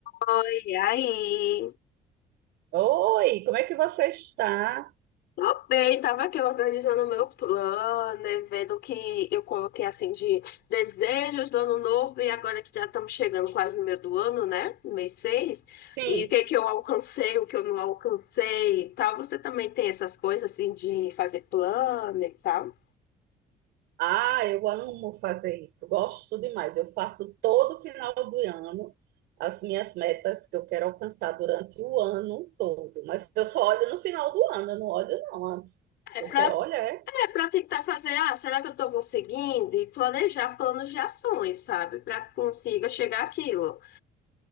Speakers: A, on the left; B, on the right.
A: Oi, aí?
B: Oi, como é que você está?
A: Tô bem, tava aqui organizando o meu plano, né, vendo o que eu coloquei assim de desejos do ano novo e agora que já estamos chegando quase no meio do ano, né? Mês 6.
B: Sim,
A: e o que que eu alcancei, o que eu não alcancei e tal. Você também tem essas coisas assim de fazer plano e tal?
B: Ah, eu amo fazer isso, gosto demais. Eu faço todo final do ano as minhas metas que eu quero alcançar durante o ano todo, mas eu só olho no final do ano, eu não olho não antes.
A: É
B: Você
A: pra,
B: olha, é?
A: é pra tentar fazer, ah, será que eu tô conseguindo? E planejar planos de ações, sabe? Pra que consiga chegar àquilo.